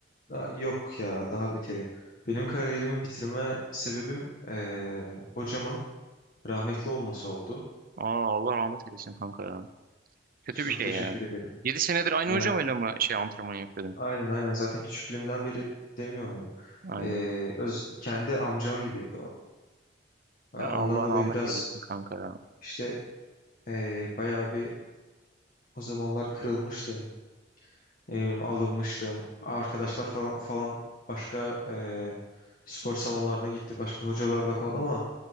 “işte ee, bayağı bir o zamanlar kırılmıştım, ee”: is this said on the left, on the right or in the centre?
Left